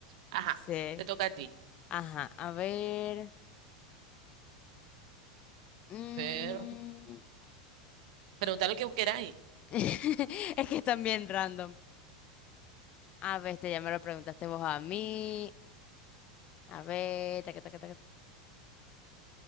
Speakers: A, on the right (about 65°); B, on the left (about 30°).
A: Ajá,
B: Sí,
A: te toca a ti.
B: ajá, a ver. Mm,
A: Pero, preguntar lo que vos queráis.
B: <laughs> Es que están bien random. A ver, este ya me lo preguntaste vos a mí. A ver, taca, taca, taca.